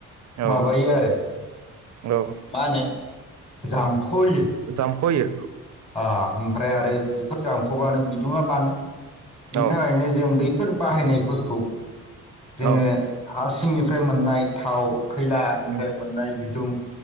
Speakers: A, on the right; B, on the left.
A: औ
B: माबायो आरो
A: ओ
B: मा होनो जामखहोयो
A: जामख'यो
B: आ ओमफ्राय आरो बेफोर जामखबानो बिदुङा बाङो बिनि
A: औ
B: थाखायनो जों बै फोर बाहायनायफोरखौ जोङो
A: औ
B: हा सिंनि'- फ्राय मोननाय थाव, खैलानिफ्राय
A: उम
B: मोननाय बिदुं